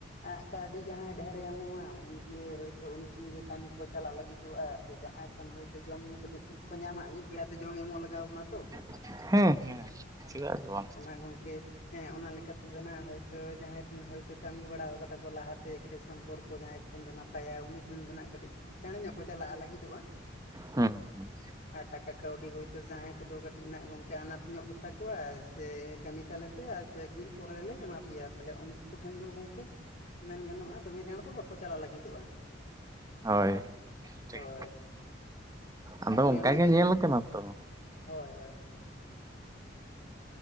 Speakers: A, on the left; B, on the right.
A: ᱟ ᱠᱟᱹᱣᱰᱤ ᱡᱟᱦᱟᱸᱭ ᱰᱷᱮᱨᱮ ᱮᱢᱚᱜᱼᱟ ᱩᱱᱤᱜᱮ ᱦᱭᱛᱳ ᱩᱱᱤ ᱴᱷᱮᱱ ᱜᱮ ᱠᱟᱹᱢᱤ ᱠᱚ ᱪᱟᱞᱟᱜ ᱞᱟᱹᱜᱤᱫᱚᱜᱼᱟ ᱥᱮ ᱡᱟᱦᱟᱸᱭ ᱴᱷᱮᱱ ᱦᱳᱭᱛᱚ ᱡᱚᱢ ᱧᱩ ᱠᱟᱹᱴᱤᱡ ᱴᱷᱤᱠ ᱠᱚ ᱧᱟᱢᱟ ᱢᱤᱫ ᱵᱮᱲᱟᱛᱮ ᱡᱚᱢ ᱮᱢᱚᱜ ᱞᱟᱜᱟᱣ ᱵᱚᱱᱟ ᱛᱚ
B: <unintelligible> ᱦᱮᱸ ᱦᱮᱸ ᱪᱮᱫᱟᱜ ᱥᱮ ᱵᱟᱝ
A: ᱜᱚᱢᱠᱮ ᱦᱮᱸ ᱚᱱᱟ ᱞᱮᱠᱟᱛᱮᱫᱚ ᱱᱟᱦᱟᱜ ᱦᱭᱛᱳ ᱡᱟᱦᱟᱸᱭ ᱴᱷᱮᱱ ᱦᱭᱛᱳ ᱠᱟᱹᱢᱤ ᱵᱟᱲᱟ ᱠᱟᱫᱟ ᱠᱚ ᱞᱟᱦᱟᱛᱮ ᱠᱟᱹᱴᱤᱡ ᱥᱚᱢᱯᱚᱨᱠᱚ ᱚ ᱡᱟᱦᱟᱸᱭ ᱠᱚᱴᱷᱮᱱ ᱫᱚ ᱱᱟᱯᱟᱭᱟ ᱩᱱᱤ ᱴᱷᱮᱱ ᱫᱚ ᱦᱟᱜ ᱠᱟᱹᱴᱤᱡ ᱪᱟᱬᱮ ᱧᱚᱜ ᱠᱚ ᱪᱟᱞᱟᱜᱼᱟ ᱞᱟᱹᱜᱤᱫᱚᱜᱼᱟ
B: ᱦᱩᱸ ᱦᱩᱸ
A: ᱟᱨ ᱴᱟᱠᱟ ᱠᱟᱹᱣᱰᱤ ᱦᱳᱭᱛᱳ ᱡᱟᱦᱟᱸᱭ ᱠᱟᱹᱴᱤᱡᱱᱟᱜ ᱜᱚᱢᱠᱮ ᱟᱱᱟᱴ ᱧᱚᱜ ᱜᱮᱛᱟ ᱠᱚᱣᱟ ᱥᱮ ᱠᱟᱹᱢᱤ ᱛᱟᱞᱮ ᱯᱮ ᱟᱨ ᱠᱚᱭᱮᱠ ᱫᱤᱱ ᱯᱚᱨᱮᱞᱮ ᱞᱮ ᱮᱢᱟ ᱯᱮᱭᱟ ᱛᱟᱦᱚᱞᱮ ᱩᱱᱠᱩ ᱠᱚᱴᱷᱮᱱ ᱫᱚ ᱜᱚᱢᱠᱮ ᱢᱮᱱ ᱜᱟᱱᱚᱜᱼᱟ ᱫᱚᱢᱮ ᱪᱟᱬ ᱫᱚ ᱵᱟᱠᱚ ᱪᱟᱞᱟᱜ ᱞᱟᱹᱜᱤᱫᱚᱜᱼᱟ
B: ᱦᱳᱭ ᱴᱷᱤᱠ
A: ᱦᱳᱭ
B: ᱟᱫᱚ
A: ᱚᱱᱮ
B: ᱚᱱᱠᱟ
A: ᱚᱱᱟᱜᱮ
B: ᱜᱮ ᱧᱮᱞ ᱠᱟᱱᱟ ᱛᱚ᱾
A: ᱦᱳᱭ ᱦᱳᱭ᱾